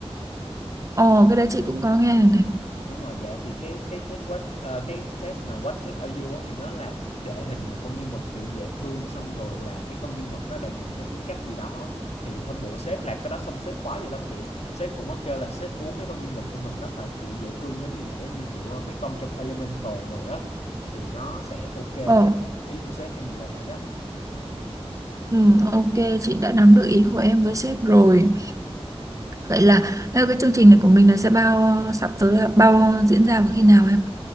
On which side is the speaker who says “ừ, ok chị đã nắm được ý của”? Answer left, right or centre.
Right